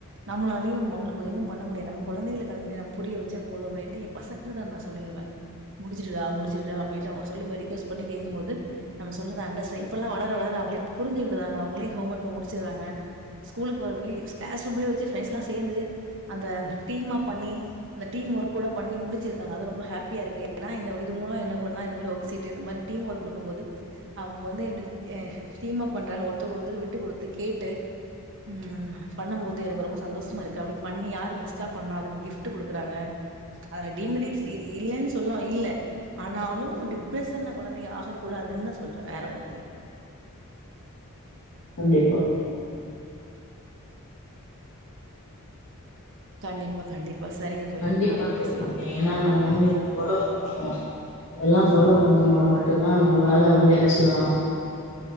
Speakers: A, on the right; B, on the left.
A: நம்மளாலயு உங்களுக்கு ஒன்னும் பண்ண முடியாது. நம்ம கெழந்தைங்களுக்கு புரிய வெச்சா போது அப்டின்டு பசங்க கிட்ட சொல்லிருவ முடிச்சிடுடா முடிச்சிடுடா அப்படின்ட்டு அவுங்க சொல் மாரி ரிக்வெஸ்ட் பண்ணி கேக்கும்போது நம்ம சொல்லறத அண்டர்ஸ்டாண் இப்ப எல்லா வளர வளர அவங்களே புரிஞ்சிக்கிடறாங்க அவுங்களே ஹோம் ஒர்க்க முடிச்சுறாங்க ஸ்கூலுக்கு போற வீ கிளாஸ் ரூம்ல வெச்சு பிரெண்ட்ஸ் எல்லா சேந்து அந்த தீமா பண்ணி அந்த தீம் ஒர்க் ஓட பண்ணி முடிச்சிடுறாங்க அது ரொம்ப ஹேப்பியா இருக்கு ஏனா இந்த இது மூலோ என்ன பண்னுனா இந்த மாரி ஒர்க் ஷீட் இந்த மாரி டீம் ஒர்க் குடுக்கும்போது அவுங்க வந்து இப்டி தீமா பண்றாங்க ஒருத்தருக்கு ஒருத்தர் விட்டு கொடுத்து கேட்டு உம் பண்ணும்போது எனக்கு ரொம்ப சந்தோஷமா இருக்கு அப்படி பண்ணி யாரு பெஸ்ட்டா பண்ணா அதுக்கு கிஃப்ட் குடுக்கறாங்க அதுல டிமெனிட்ஸ் இல்லைன்னு சொல் இல்ல ஆனாலு டிப்ரஷன் குழந்தைங்க ஆக கூடாதுன்தா சொல்ற வேற ஒன்னு இல்ல
B: கண்டிப்பா
A: கண்டிப்பா கண்டிப்பா சரிங்க தோழி
B: கண்டிப்பா
A: நாளைக்கு
B: தோழி
A: பேசலா ஓகே
B: ஏனா
A: ம்
B: நம்ம
A: பாய்
B: வந்து இத ஃபாலோ பண்ணுவோ இதெல்லாம் ஃபாலோ பண்ண மூலம் மட்டுந்தா நம்மளால வந்து என்ன சொல்லலாம்